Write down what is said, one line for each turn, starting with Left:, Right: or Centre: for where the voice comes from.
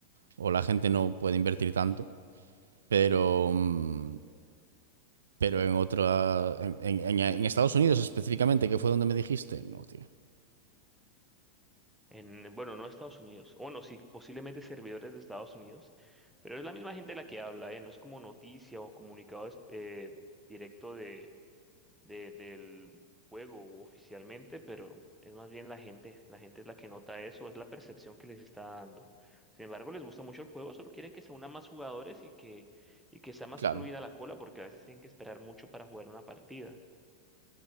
Right: o la gente no puede invertir tanto, pero, mm, pero en otra, en, en- en- en Estados Unidos específicamente, que fue donde me dijiste, no, tío.
Centre: En, bueno, no Estados Unidos. O no, sí, posiblemente servidores de Estados Unidos. Pero es la misma gente la que habla, eh, no es como noticia o comunicado es- eh, directo de, del juego u oficialmente, pero es más bien la gente. La gente es la que nota eso, es la percepción que les está dando. Sin embargo, les gusta mucho el juego, solo quieren que se unan más jugadores y que, y que sea más
Right: Claro.
Centre: fluida la cola, porque a veces tienen que esperar mucho para jugar una partida.